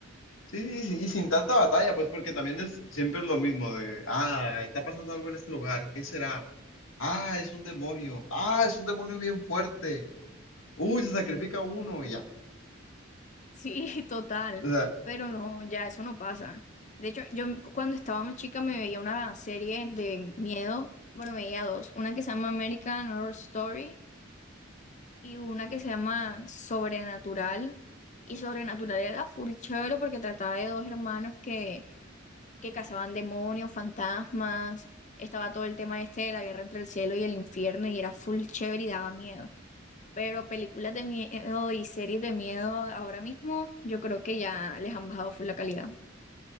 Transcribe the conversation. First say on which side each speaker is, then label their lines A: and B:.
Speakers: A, on the left (about 85°); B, on the left (about 35°).
A: Sí, y, sin y sin tanta batalla, pues porque también es siempre es lo mismo de, ah, está pasando algo en este lugar, ¿qué será? Ah, es un demonio, ah, es un demonio bien fuerte, uy, se sacrifica uno y ya.
B: Sí, <laughs> total,
A: O sea,
B: pero no, ya eso no pasa. De hecho, yo cuando estaba más chica me veía una serie de miedo, bueno, me veía dos, una que se llama American Horror Story y una que se llama Sobrenatural. Y Sobrenatural era full chévere porque trataba de dos hermanos que, que cazaban demonios, fantasmas, estaba todo el tema este de la guerra entre el cielo y el infierno y era full chévere y daba miedo. Pero películas de miedo y series de miedo ahora mismo, yo creo que ya les han bajado full la calidad.